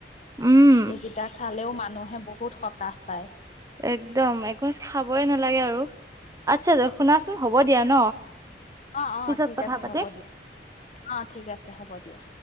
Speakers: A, on the right (about 20°); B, on the left (about 40°).
A: উম
B: এইকেইটা খালেও মানুহে বহুত সকাহ পায়।
A: একদম একো খাবই নালাগে আৰু, আচ্ছা দ শুনাচোন হ'ব দিয়া ন
B: অ', অ',
A: পিছত
B: ঠিক
A: কথা
B: আছে
A: পাতিম
B: হ'ব দিয়া, অ', ঠিক আছে, হ'ব দিয়া।